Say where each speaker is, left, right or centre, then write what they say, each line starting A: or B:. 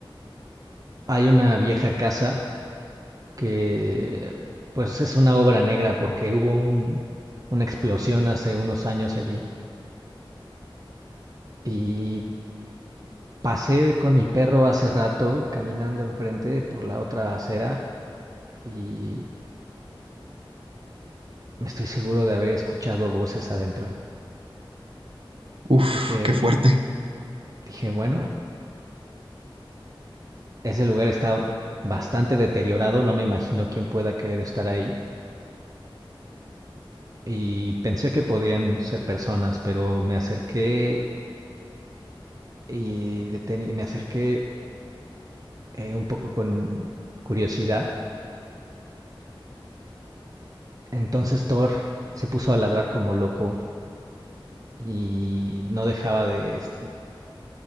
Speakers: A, on the right; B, on the right.
A: hay una vieja casa que pues es una obra negra porque hubo un- una explosión hace unos años allí y pasé con mi perro hace rato caminando enfrente por la otra acera y me estoy seguro de haber escuchado voces adentro.
B: Uf,
A: Dije,
B: qué fuerte.
A: dije, bueno, ese lugar está bastante deteriorado, no me imagino quién pueda querer estar ahí y pensé que podrían ser personas, pero me acerqué y detení- me acerqué eh, un poco con curiosidad. Entonces Thor se puso a ladrar como loco y no dejaba de, es-